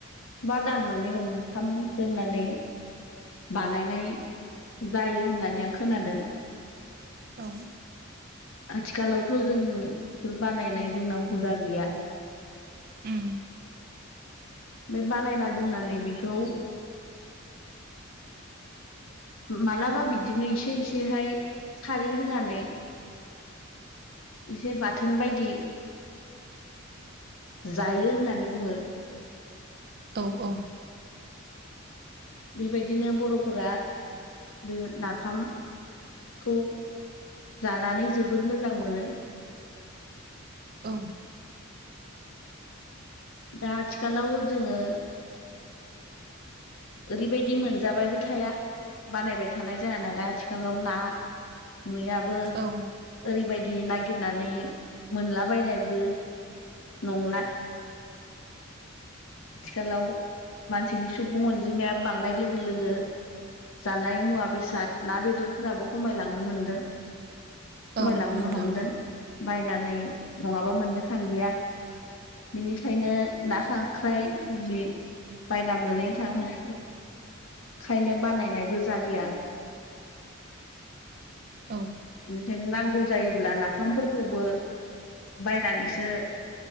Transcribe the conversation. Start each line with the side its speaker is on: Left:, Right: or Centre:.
Left: बा दान मोननै मोनथाम दोननानै बानायनाय जायो होननानै आं खोनादों।
Right: औ
Left: आथिखालावथ' जों बेफोर बानायनाय जोंनाव हुदा गैया।
Right: उम
Left: बे बानायना दोननानै बेखौ मालाबा बिदिनो इसे इसेहाय खारै होनानै इसे बाथोन बायदि जायो होननानै बुङो।
Right: औ औ
Left: बेबायदिनो बर'फोरा बे मोन नाफाम खौ जानानै जोबोर मोजां मोनो।
Right: औ
Left: दा आथिखालाव जोङो ओरैबायदि मोनजाबायबो थाया बानायबाय थानाय जाया नालाय आथिखालाव ना मैयाबो
Right: औ
Left: ओरैबायदि नागिरनानै मोनलाबायनायबो नंला। थिखालाव मानसिनि सुबुं अनजिमाया बांनाय लोगो लोगो जानाय मुवा बेसाद ना बेदरफोराबो खमायलांनो मोनदों। खमायलांनो
Right: औ नोंथां
Left: हमदों। बायनानै नङाबा मोननो थांलिया बिनिखायनो ना खां ख्राय जि बायना मोनैनो थाङो खायनो बानायनायबो जालिया।
Right: औ
Left: बिनिखायनो नांगौ जायोब्ला नाफामफोरखौबो बायनानैसो